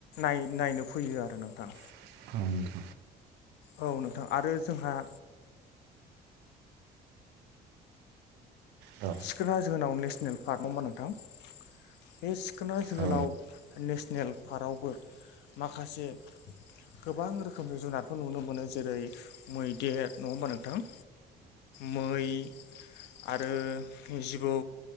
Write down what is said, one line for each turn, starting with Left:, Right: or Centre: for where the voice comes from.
Left: नाय- नायनो फैयो आरो नोंथां।
Right: <unintelligible>
Left: औ नोंथां आरो जोंहा
Right: औ नोंथां
Left: सिखना जोहोलाव नेसनेल पार्क नङा होनबा नोंथां? बे सिखोना जोहोलाव
Right: औ
Left: नेसनेल पार्कआवबो माखासे गोबां रोखोमनि जुनारखौ नुनो मोनो। जेरै मैदेर नङा होमबा नोंथां? मै आरो जिबौ,